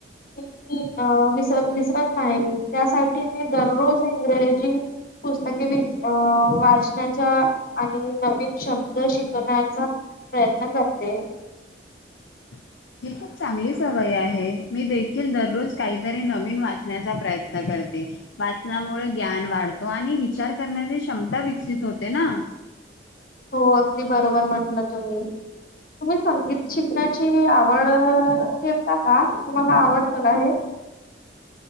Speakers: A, on the left; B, on the left.
A: मी अ अ विसर विसरत नाही त्यासाठी मी दररोज इंग्रजी पुस्तके वि अं वाजते शिकण्याचा आणि नवीन शब्द शिकवण्याचा प्रयत्न करते
B: <inaudible> ही खूप चांगली सवई आहे मी देखील दररोज काहीतरी नवीन वाचण्याचा प्रयत्न करते वाचनामुळे ज्ञान वाढतो आणि विचार करण्याची क्षमता विकसित होते ना <inaudible>
A: हो अगदी बरोबर म्हटलं तुम्ही तुम्ही संगीत शिकण्याची आवड ठेवता का तुम्हाला आवडता का हे
B: <inaudible>